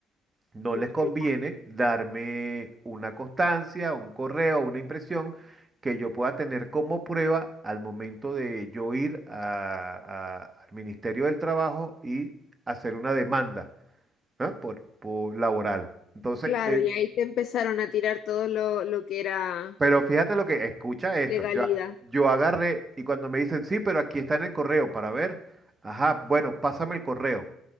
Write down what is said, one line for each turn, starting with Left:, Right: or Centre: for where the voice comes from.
Right: No
Left: Mm,
Right: les conviene
Left: cl-
Right: darme una constancia, un correo, una impresión que yo pueda tener como prueba al momento de yo ir a- a- al Ministerio del Trabajo y hacer una demanda. ¿no? Por, por laboral. Entonces,
Left: Claro,
Right: eh,
Left: y ahí te empezaron a tirar todo lo, lo que era
Right: pero fíjate lo que, escucha esto.
Left: legalidad.
Right: Yo, yo agarré y cuando me dicen, sí, pero aquí está en el correo para ver, ajá, bueno, pásame el correo.